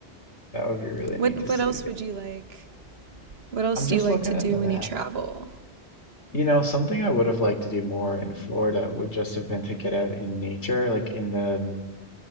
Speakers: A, on the left; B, on the right.
A: That would be really neat
B: What
A: to see.
B: what else would you like? What else
A: I'm just
B: do you like
A: looking
B: to do
A: at the map.
B: when you travel?
A: You know, something I would have liked to do more in Florida would just have been to get out in nature, like in the in